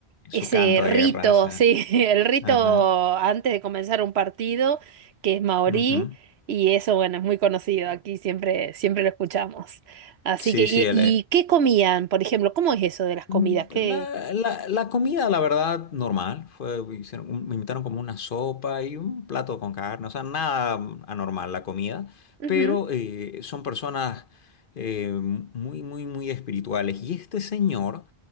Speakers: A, on the left; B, on the right.
A: Su
B: ese
A: canto
B: rito,
A: de guerra, ese.
B: sí, <laughs> el rito
A: Ajá.
B: antes de comenzar un partido, que es maorí,
A: ujú.
B: y eso, bueno, es muy conocido, aquí siempre, siempre lo escuchamos. Así
A: Sí,
B: que, ¿y,
A: sí, él,
B: y qué comían, por ejemplo? ¿Cómo es eso de las comidas?
A: Mm, pues
B: ¿Qué?
A: La, la- la comida, la verdad, normal. Fue, hicieron un- me invitaron como una sopa y un plato con carne. O sea, nada mm, anormal la comida.
B: Ujú,
A: Pero eh, son personas eh, muy, muy, muy espirituales. Y este señor